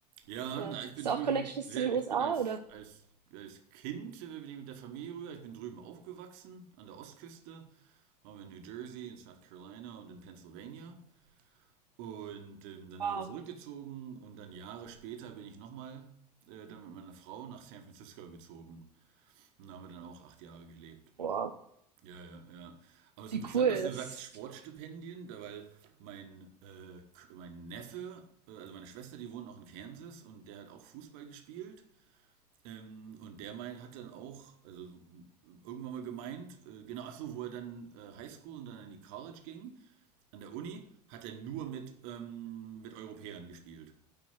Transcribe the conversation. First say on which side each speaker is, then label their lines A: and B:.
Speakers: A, on the right; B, on the right.
A: Ja,
B: Ja.
A: na, ich bin
B: Hast du
A: drüben,
B: auch Connections
A: sehr-
B: zu den USA
A: ich bin als,
B: oder?
A: als, als Kind äh, bin ich mit der Familie rüber. Ich bin drüben aufgewachsen, an der Ostküste. Waren wir in New Jersey, in South Carolina und in Pennsylvania. Und ähm, dann
B: Wow.
A: sind wir zurückgezogen und dann Jahre später bin ich nochmal äh, dann mit meiner Frau nach San Francisco gezogen. Und da haben wir dann auch acht Jahre gelebt.
B: Wow.
A: Ja, ja, ja. Aber es
B: Wie
A: ist interessant,
B: cool.
A: dass du
B: Das,
A: sagst Sportstipendien, da- weil mein, äh, K- mein Neffe, äh, also meine Schwester, die wohnt noch in Kansas und der hat auch Fußball gespielt. Ähm, und der meint, hat dann auch, also irgendwann mal gemeint, äh, genau, ach so, wo er dann äh, Highschool und dann in die College ging, an der Uni, hat er nur mit, ähm, mit Europäern gespielt.